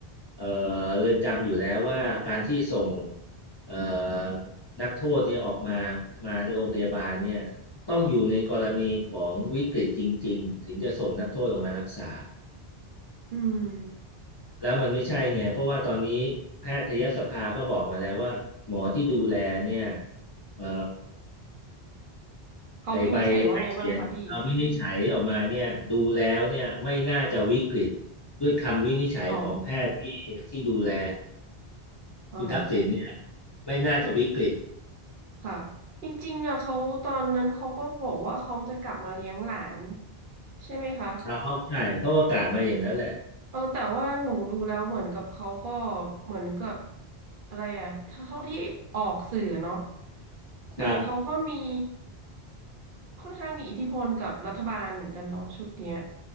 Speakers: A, on the left; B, on the right.
A: เอ่อเรือนจำอยู่แล้วว่าการที่ส่งเอ่อนักโทษเนี่ยออกมามาโรงพยาบาลเนี่ยต้องอยู่ในกรณีของวิกฤตจริงๆถึงจะส่งนักโทษออกมารักษา
B: อืม
A: แล้วมันไม่ใช่ไงเพราะว่าตอนนี้แพทยสภาก็บอกมาแล้วว่าหมอที่ดูแลเนี่ยเอ่อ
B: เขาวินิจฉัยว่าไงบ้างคะพี่
A: ไอ้ใบใบเขียนเอ่อวินิจฉัยออกมาเนี่ยดูแล้วเนี่ยไม่น่าจะวิกฤตด้วยคำวินิจฉัยของแพทย์ที่ที่ดูแล
B: อ๋อเออ
A: คุณทักษิณเนี่ยไม่น่าจะวิกฤต
B: ค่ะจริงๆอ่ะเขาตอนนั้นเขาก็บอกว่าเขาจะกลับมาเลี้ยงหลานใช่ไหมคะ
A: เราเข้าใจเขาอากาศมาอย่างนั้นแหละ
B: เออแต่ว่าหนูดูแล้วเหมือนกับเขาก็เหมือนกับอะไรอ่ะถ้าเท่าที่ออกสื่อเนาะเหมือนเขาก็มี
A: ครับ
B: ค่อนข้างมีอิทธิพลกับรัฐบาลเหมือนกันเนาะชุดเนี้ย